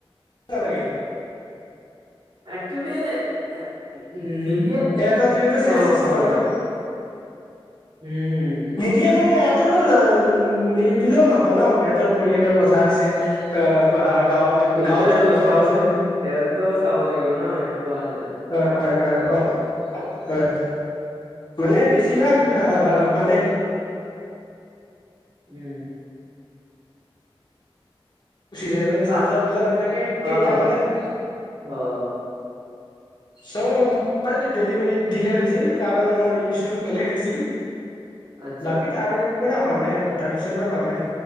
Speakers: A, on the left (about 50°); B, on the right (about 55°).
A: নালাগে
B: একচুৱেলি উ নিদিয়ে
A: এটা যিহেতু চেল
B: অ
A: চিষ্টেম
B: অ
A: কৰে ন
B: উম হুম
A: নিদিয়ে মানে ইহঁতৰো নিদিলেও নহয় ন ইহতৰ পৰিয়ালৰ কথা আছে। এ বা গাঁও
B: সেইটোয়েতো
A: গাঁৱত যোৱাৰ কথা
B: চাওঁ
A: আছে
B: চোন সিহঁতেও চাব লাগিব ন সেইটো কাৰণে
A: হয় হয় হয় অ হয় মানে বেছিভাগ আহ মানে
B: উম
A: গুচি যায় মানে
B: হা
A: চাৰ্জাৰ পূজা নাথাকে
B: অ',
A: কেইটা মানে থাকে
B: অ',
A: চব ডেলিভাৰী দিলে হৈছিল কাৰণ মোৰ ইছুটো বেলেগ আছিল
B: আচ্ছা।
A: বাকী তাৰ পৰা হোৱা নাই আৰু তাৰ পিছৰ পৰা হোৱা নাই